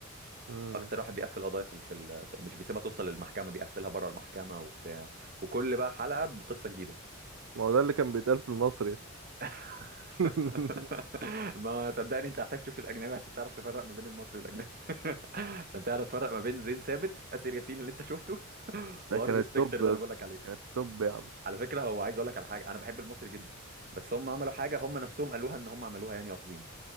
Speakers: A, on the right (about 70°); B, on the right (about 45°).
A: امم
B: اكتر واحد بيقفل قضايا في ال- في ال- بتاع- مش بيسيبها توصل للمحكمه بيقفلها بره المحكمه وبتاع وكل بقى حلقه بقصه جديده
A: ما هو ده اللي كان بيتقال في المصري
B: <laughs>
A: <laughs>
B: ما صدقني انت محتاج تشوف الاجنبي عشان تعرف تفرق ما بين المصري والاجنبي <laughs> عشان تعرف تفرق ما بين زين ثابت اسر ياسين اللي انت شفته <laughs> وهارفي
A: ده كان التوب
B: سبيكتر اللي
A: بس
B: انا بقول لك عليه
A: كان التوب يا عم
B: على فكره هو عايز اقول لك على حاجه انا بحب المصري جدا بس هم عملوا حاجه هم نفسهم قالوها ان هم عملوها يعني قاصدين